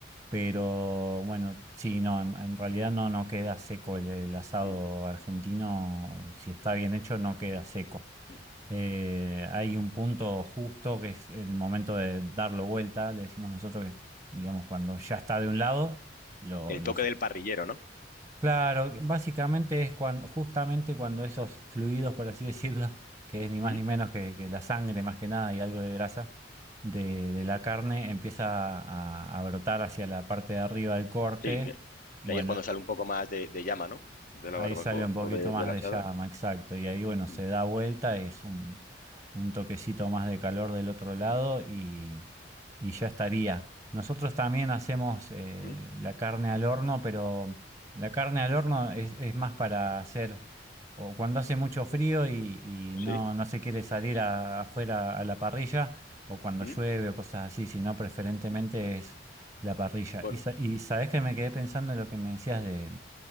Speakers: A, on the right; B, on the left.
A: Pero bueno, sí, no, en, en realidad no, no queda seco el, el asado
B: mm,
A: argentino. Si está bien hecho, no queda seco.
B: mm.
A: Eh, hay un punto justo que es el momento de darlo vuelta, le decimos nosotros que es, digamos, cuando ya está de un lado, lo
B: El
A: lo
B: toque del parrillero, ¿no?
A: Claro, básicamente es cuando, justamente cuando esos fluidos, por así decirlo, <laughs> que es ni más
B: Ujú.
A: ni menos que, que la sangre más que nada y algo de grasa de, de la carne, empieza a, a brotar hacia la parte de arriba del corte.
B: Sí, que,
A: Bueno,
B: que ahí es cuando sale un poco más de, de llama, ¿no? De
A: Ahí
B: la barbacoa
A: sale un poquito
B: o de,
A: más
B: de la
A: de
B: asada.
A: llama, exacto. Y ahí, bueno, se
B: Mm,
A: da vuelta, es un, un toquecito más de calor del otro lado
B: mm,
A: y, y ya estaría. Nosotros también hacemos eh,
B: mm,
A: la carne al horno, pero la carne al horno es, es más para hacer, o cuando hace mucho frío y, y no,
B: Sí,
A: no se quiere salir a- afuera a la parrilla, o cuando
B: mm,
A: llueve o cosas así, sino preferentemente
B: mm,
A: es la parrilla.
B: bueno,
A: Y, sa- y sabés que me quedé pensando en lo que me decías de